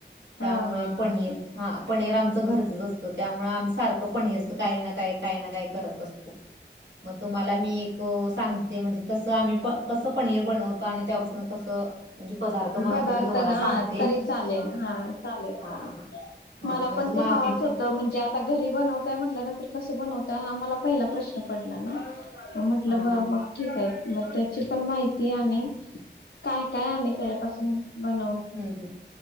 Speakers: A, on the right; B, on the left.
A: त्यामुळे
B: हा हा
A: पनीर.
B: हा
A: हा पनीर आमचं घरचंच असतं त्यामुळे आम्ही सारखं पनीरच काही ना काय काही ना काय करत असतो. मग तुम्हाला मी एक सांगते म्हणजे कस आम्ही कस पनीर बनवतो आणि. त्यापासन कस म्हणजे पदार्थ बनवतो
B: पदार्थ
A: मी तुम्हाला
B: हा
A: सांगते
B: तरी चालेल हा चालेल
A: हा
B: चालेल
A: हा हा
B: मला
A: म्हणजे
B: पण
A: मग
B: ते
A: आम्ही
B: हवाच होतं म्हणजे आता घरी बनवताय म्हटल्यानंतर कसं कोण होता मला पहिला प्रश्न पडला ना म्हटलं
A: हा हा
B: मग ठीक आहे. मग त्याची पण माहिती आणि काय काय आणि त्याच्यापासून बन
A: हमं हम् हम्